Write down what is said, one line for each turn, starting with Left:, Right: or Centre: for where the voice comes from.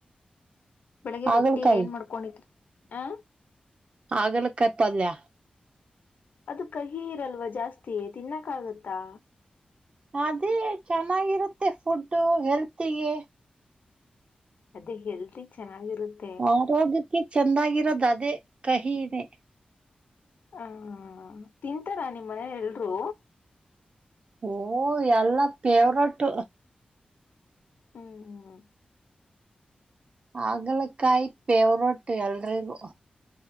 Left: ಬೆಳಿಗ್ಗೆ
Right: ಹಾಗಲಕಾಯಿ
Left: ರೊಟ್ಟಿ ಏನ್ ಮಾಡ್ಕೊಂಡಿದರಿ ಆ
Right: ಹಾಗಲಕಾಯಿ ಪಲ್ಯ
Left: ಅದು ಕಹಿ ಇರಲ್ವ ಜಾಸ್ತಿ ತಿನ್ನಕ್ಕ ಆಗತ್ತಾ
Right: ಅದೇ ಚೆನ್ನಾಗಿರುತ್ತೆ ಫುಡ್ಡು ಹೆಲ್ತಿಗೆ
Left: ಅದೇ ಹೆಲ್ದ ಚೆನ್ನಾಗಿರುತ್ತೆ
Right: ಆರೋಗ್ಯಕ್ಕೆ ಚೆಂದಾಗಿರೋದು ಅದೇ ಕಹಿನೇ
Left: ಹ ತಿಂತಾರಾ ನಿಮ್ಮ್ ಮನೇಲಿ ಎಲ್ರು
Right: ಓ ಎಲ್ಲ ಫೇವ್ರಟ್
Left: ಹ್ಮ್ ಹ್ಮ್
Right: ಆಗಲ ಕಾಯಿ ಪೇವ್ರೊಟ್ಟು ಎಲ್ರಿಗೂ